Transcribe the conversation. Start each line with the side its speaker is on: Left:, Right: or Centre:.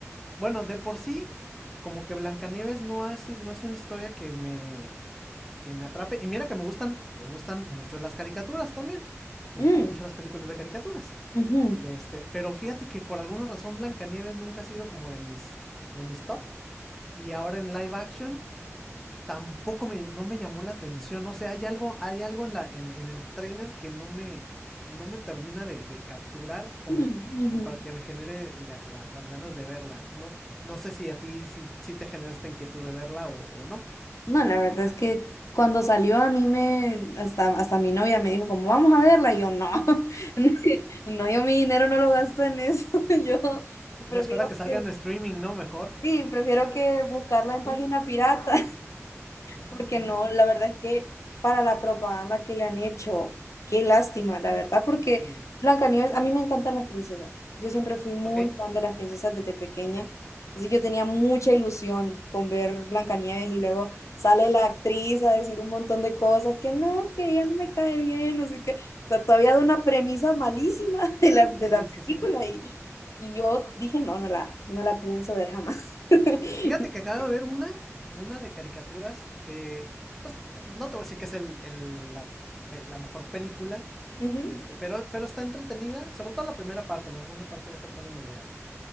Centre: Bueno, de por sí, como que Blancanieves no, ha sido- no es una historia que me, que me atrape. Y mira que me gustan, me gustan mucho las caricaturas también. Me
Left: Mm,
Centre: gustan mucho las películas de caricaturas.
Left: ujú,
Centre: Este, pero fíjate que por alguna razón Blancanieves nunca ha sido como de mis, de mis top. Y ahora en live action tampoco me, no me llamó la atención. O sea, hay algo, hay algo en, la, en, en el tráiler que no me, no me termina de, de capturar como
Left: mm, ujú.
Centre: para que me genere la- la- las ganas de verla. No, no sé si a ti si, si te genera esta inquietud de verla o, o no.
Left: No, la verdad es que cuando salió a mí me, hasta, hasta mi novia me dijo como, vamos a verla, y yo no, <laughs> no, yo mi dinero no lo gasto en eso, <laughs> yo prefiero
Centre: Me espera que salga
Left: que,
Centre: en streaming, ¿no? Mejor.
Left: sí, prefiero que buscarla en
Centre: Sí.
Left: página pirata.
Centre: Mm, mm,
Left: Porque no,
Centre: mm.
Left: la verdad es que para la propaganda que le han hecho, qué lástima, la verdad, porque
Centre: Sí,
Left: Blancanieves, a mí me encantan las princesas. Yo siempre fui muy
Centre: ok,
Left: fan de las princesas desde pequeña.
Centre: ok.
Left: Así yo tenía mucha ilusión con ver Blancanieves y luego sale la actriz a decir un montón de cosas que no, que ella no me cae bien, no sé qué. O sea, todavía de una premisa malísima <laughs> de la, de
Centre: Sí,
Left: la película
Centre: sí, sí.
Left: y, y yo dije, no, no la, no la pienso ver jamás. <laughs>
Centre: Fíjate que acabo de ver una, una de caricaturas que, pues, t- no te voy a decir que es el, el- la, pe- la mejor película,
Left: Ujú.
Centre: este, pero, pero está entretenida, sobre todo la primera parte, la segunda parte ya se pone media,